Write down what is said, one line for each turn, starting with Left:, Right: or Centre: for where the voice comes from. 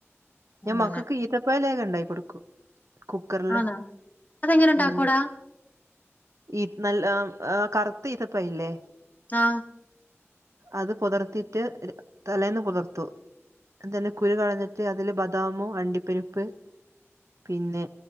Right: ഞാൻ
Left: അങ്ങനെ
Right: മക്കൾക്ക് ഈത്തപ്പയ ലേഹ്യം ഉണ്ടായി കൊടുക്കും കുക്കറില്
Left: ആണോ അതെങ്ങനെ ഉണ്ടാക്കൂടാ
Right: ഉം ഈ നല്ല കറുത്ത് ഈത്തപഴല്ലേ
Left: ആഹ്
Right: അത് പുതർത്തിയിട്ട് തലേന്ന് പുതർത്തു എന്ത തന്നെ കുരു കളഞ്ഞിട്ട് അതില് ബദാമു അണ്ടിപ്പെരിപ്പ് പിന്നെ